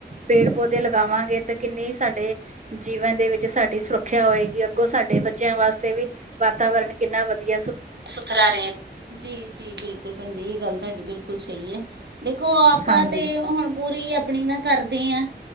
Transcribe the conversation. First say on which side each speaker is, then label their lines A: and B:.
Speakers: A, on the right; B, on the right.
A: ਪੇੜ ਪੌਦੇ ਲਗਾਵਾਂਗੇ ਤੇ ਕਿੰਨੇ ਸਾਡੇ ਜੀਵਨ ਦੇ ਵਿੱਚ ਸਾਡੀ ਸੁਰੱਖਿਆ ਹੋਏਗੀ ਅੱਗੋਂ ਸਾਡੇ ਬੱਚਿਆਂ ਵਾਸਤੇ ਵੀ। ਵਾਤਾਵਰਨ ਕਿੰਨਾ ਵਧੀਆ।
B: ਸੁਥਰਾ ਰਹੇ, ਜੀ- ਜੀ ਬਿਲਕੁਲ ਭੈਣ ਜੀ ਇਹ ਗੱਲ ਤੁਹਾਡੀ ਬਿਲਕੁਲ ਸਹੀ ਹੈ। ਦੇਖੋ ਆਪਾਂ
A: ਹਾਂਜੀ
B: ਤਾਂ ਹੁਣ ਪੂਰੀ ਆਪਣੀ ਨਾ ਕਰਦੇ ਹਾਂ,